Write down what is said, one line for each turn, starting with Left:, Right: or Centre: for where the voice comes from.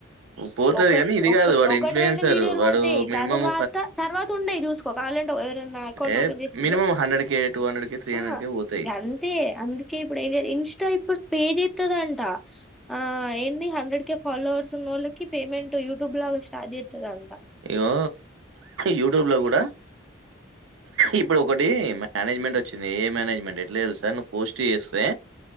Right: పోతది
Centre: ఒక
Right: గానీ ఇది
Centre: ఒక
Right: గాదు వాడు
Centre: ఒకటి
Right: ఇన్‌ఫ్లుయెన్సర్.
Centre: రెండు వీడియోలు
Right: వాడు
Centre: పోతయ్.
Right: మినిమమ్
Centre: తర్వాత తర్వాత ఉండయి చూసుకో కావాలంటే ఎవరన్నా అకౌంట్
Right: ఏ
Centre: ఓపెన్ చేసిచూడు.
Right: మినిమమ్ కే, కే,
Centre: ఆ
Right: కే పోతయి.
Centre: గంతే అందుకే ఇప్పుడు ఇన్స్టా ఇప్పుడు పే చేత్తదం ఆ ఎన్ని హండ్రెడ్ కె ఫాలోవర్స్ ఉన్నోళ్ల కి పేమెంట్ యూట్యూబ్ లాగా స్టార్ట్ చేత్తది అంట.
Right: ఇగో యూట్యూబ్ లో కూడా ఇప్పుడు ఒకటీ మేనేజ్మెంట్ వచ్చింది. ఏ మేనేజ్మెంట్ ఎట్లా తెలుసా నువ్వు పోస్ట్ చేస్తే